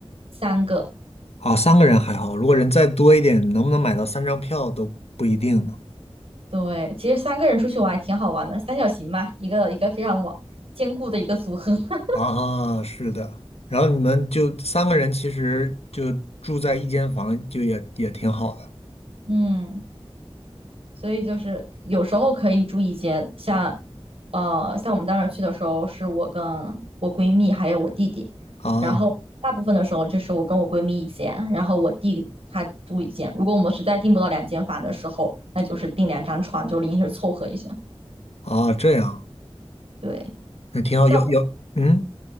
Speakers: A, on the right; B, on the left.
A: 三个，
B: 啊，三个人还好，如果人再多一点，能不能买到三张票都不一定呢。
A: 对，其实三个人出去玩还挺好玩的，三角形嘛，一个一个非常稳坚固的一个组合。<laughs>
B: 啊，是的。然后你们就三个人，其实就住在一间房，就也也挺好的
A: 嗯。所以就是有时候可以住一间，像，呃，像我们当时去的时候，是我跟我闺蜜还有我弟弟，
B: 啊
A: 然后大部分的时候就是我跟我闺蜜一间，然后我弟他住一间。如果我们实在订不到两间房的时候，那就是订两张床，就临时凑合一下。
B: 啊，这样
A: 对，
B: 那挺好。
A: 但我
B: 有有嗯，